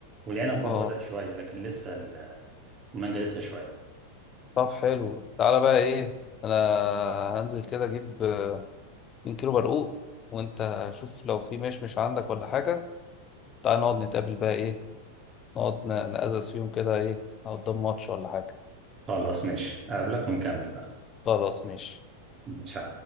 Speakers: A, on the right (about 25°); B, on the left (about 30°).
A: والعنب برضو
B: اه
A: بدأ شويه لكن لسه ال- المانجا لسه شويه
B: طب حلو تعالى بقى ايه انا هنزل كده اجيب 2 كيلو برقوق وانت شوف لو في مشمش عندك ولا حاجه تعالى نقعد نتقابل بقى ايه نقعد ن- نقزز فيهم كده ايه نقعد قدام ماتش ولا حاجه
A: خلاص ماشي اقابلك ونكمل بقى
B: خلاص ماشي
A: ماشي